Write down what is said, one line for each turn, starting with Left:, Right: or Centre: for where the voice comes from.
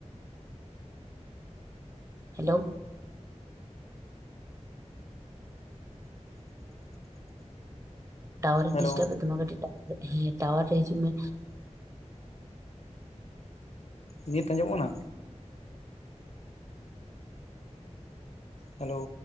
Right: ᱦᱮᱞᱳ ᱴᱟᱣᱟᱨᱮ
Left: ᱦᱮᱞᱳ
Right: ᱰᱤᱥᱴᱟᱨᱵᱽ ᱮᱫ ᱛᱟᱢᱟ ᱠᱟᱹᱴᱤᱡ ᱦᱮᱸ ᱴᱟᱣᱟᱨ ᱨᱮ ᱦᱤᱡᱩᱜ ᱢᱮ
Left: ᱱᱤᱛ ᱟᱸᱡᱚᱢᱚᱜ ᱠᱟᱱᱟ ᱦᱮᱞᱳ